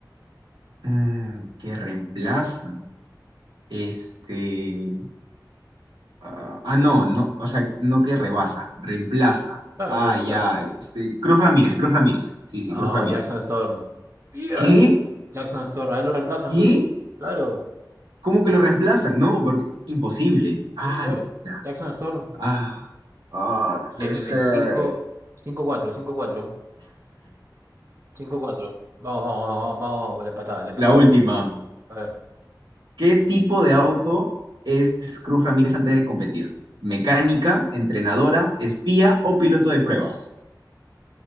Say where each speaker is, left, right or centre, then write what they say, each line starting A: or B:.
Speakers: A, on the right (about 85°); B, on the right (about 40°).
A: Mm, ¿qué reemplaza? Este, Ah, ah, no, no, o sea, no que rebasa, reemplaza.
B: Claro,
A: Ah,
B: lo reemplazan.
A: ya, este, Cruz Ramírez, Cruz Ramírez. Sí, sí,
B: No,
A: Cruz Ramírez.
B: Jackson Storm. Bien.
A: ¿Qué?
B: Jackson Storm, ahí lo reemplazan,
A: ¿Qué?
B: pues. Claro.
A: ¿Cómo que lo reemplazan? No, porque imposible. Ah,
B: Sí, claro.
A: la-
B: Jackson Storm.
A: ah, ah, no
B: Bien,
A: puede
B: bien,
A: ser.
B: bien. 5, cinco cuatro cinco cuatro 5-4. Vamos, vamos, vamos, vamos, vamos, la empatada, la empatada.
A: La última.
B: A ver.
A: ¿Qué tipo de auto es Cruz Ramírez antes de competir? ¿Mecánica, entrenadora, espía o piloto de pruebas?